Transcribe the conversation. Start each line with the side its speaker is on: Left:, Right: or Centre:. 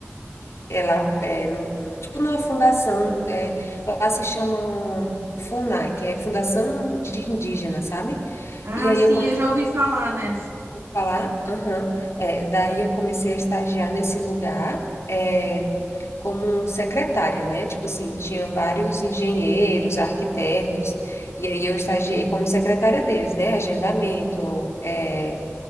Left: É lá, é, num- tipo numa fundação, é, lá se chama FUNAI, que é Fundação de Indígenas, sabe?
Right: Ah,
Left: E aí
Right: sim,
Left: eu comecei
Right: eu já ouvi falar nessa.
Left: falar? Aham. É, daí eu comecei a estagiar nesse lugar, é, como secretária, né? Tipo assim, tinha vários engenheiros, arquitetos, e aí eu estagiei como secretária deles, né? Agendamento, é,